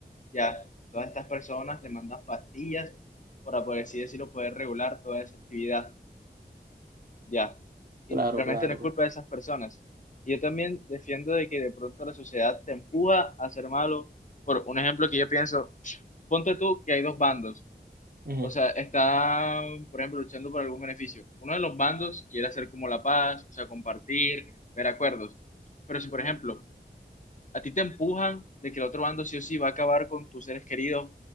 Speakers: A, on the left; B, on the right.
A: Ya, todas estas personas demandan pastillas para, por así decirlo, poder regular toda esa actividad. Ya, y
B: Claro,
A: realmente
B: claro.
A: no es culpa de esas personas. Y yo también defiendo de que de pronto la sociedad te empuja a ser malo. Por un ejemplo que yo pienso, ponte tú que hay dos bandos
B: Ujú.
A: o sea, está, por ejemplo, luchando por algún beneficio. Uno de los bandos quiere hacer como la paz, o sea, compartir, ver acuerdos. Pero si, por ejemplo, a ti te empujan de que el otro bando sí o sí va a acabar con tus seres queridos,